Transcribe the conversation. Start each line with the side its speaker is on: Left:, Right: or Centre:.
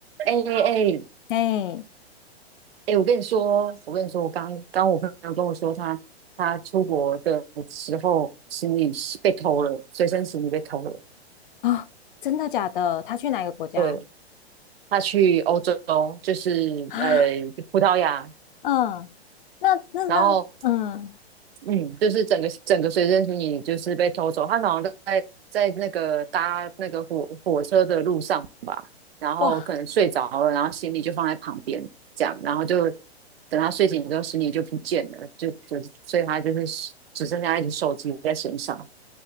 Right: 哎哎哎，
Left: 哎，
Right: 哎，我跟你说，我跟你说，我刚刚我朋友跟我说他，他出国的时候行李是被偷了，随身行李被偷了。
Left: 啊，真的假的？他去哪个国家？
Right: 对，他去欧洲，就是呃葡萄牙，
Left: 啊，嗯，那那那，
Right: 然后
Left: 嗯，
Right: 嗯，就是整个整个随身行李就是被偷走。他好像在在那个搭那个火火车的路上吧，然后可能睡着了，
Left: 哇，
Right: 然后行李就放在旁边，这样，然后就等他睡醒之后，行李就不见了，就就所以他就是只剩下一只手机在身上